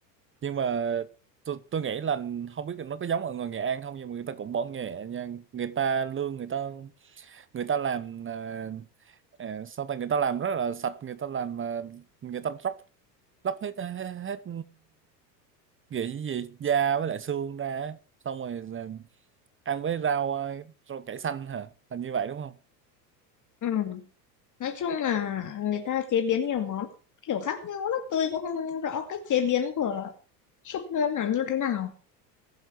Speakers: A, on the right (about 25°); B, on the left (about 35°).
A: nhưng mà tôi tôi nghĩ là không biết là nó có giống ở người Nghệ An không nhưng mà người ta cũng bỏ nghề nha người ta lương người ta người ta làm à, à, sao ta người ta làm rất là sạch người ta làm à, người ta róc lóc hết hết, hết gì gì da với lại xương ra á. xong rồi là ăn với rau à, rau cải xanh hả thành như vậy đúng không
B: ừ. nói chung là người ta chế biến nhiều món kiểu khác nhau lắm tôi cũng không rõ cách chế biến của súp lươn là như thế nào